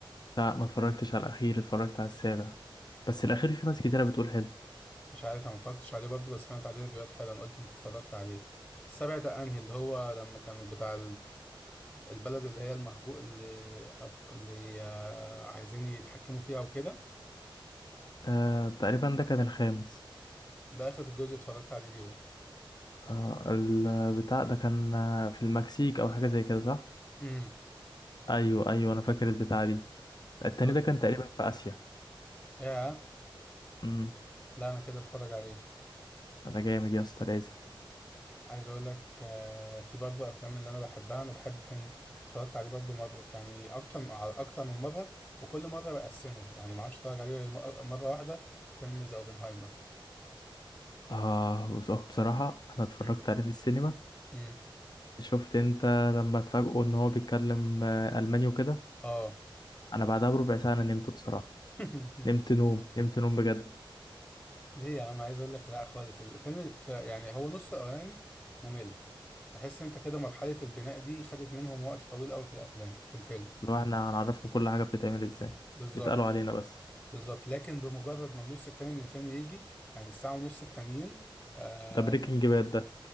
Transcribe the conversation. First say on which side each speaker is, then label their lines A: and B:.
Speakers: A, on the left; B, on the left.
A: لا ما اتفرجتش على الاخير اتفرجت على السابع بس
B: س-
A: الاخير في ناس كتيرة بتقول حلو
B: مش عارف انا ما اتفرجتش عليه برضه بس سمعت عليه ريفيوهات حلوه انا قلت انت اتفرجت عليه السابع ده انهي اللي هو لما كانوا بتاع البلد اللي هي المهجو اللي, أب... اللي آه، عايزين يتحكموا فيها وكده
A: آه تقريبا ده كان الخامس
B: ده اخر جزء اتفرجت عليه ليهم
A: آه البتاع ده كان آه، في المكسيك او حاجه زي كده صح
B: امم
A: ايوه ايوه انا فاكر البتاع دي التاني
B: دو...
A: ده كان تقريبا في اسيا
B: ايه
A: امم
B: لا انا كده اتفرج عليه
A: انا جامد يا اسطى لازم
B: عايز اقول لك آه، في برضه افلام اللي انا بحبها انا بحب فيلم اتفرجت عليه برضه مره يعني اكتر على اكتر من مره وكل مره بقسمه يعني ما اعرفش اتفرج عليه م- مره واحده فيلم ذا اوبنهايمر
A: اه بص آه، بصراحه انا اتفرجت
B: امم
A: عليه في السينما
B: امم
A: شفت انت لما اتفاجئوا ان هو بيتكلم آه، الماني وكده
B: اه
A: انا بعدها بربع ساعه انا نمت بصراحه
B: <laughs>
A: نمت نوم نمت نوم بجد
B: ليه يا عم عايز اقول لك لا خالص الفيلم ف... يعني هو نص الاولاني ممل تحس انت كده مرحلة البناء دي خدت منهم وقت طويل قوي في الافلام في الفيلم
A: لو احنا هنعرفكم كل حاجه بتتعمل ازاي
B: بالظبط
A: اتقالوا علينا بس
B: بالظبط لكن بمجرد ما النص التاني من الفيلم يجي يعني الساعة ونص التانيين آه
A: ده بريكنج باد ده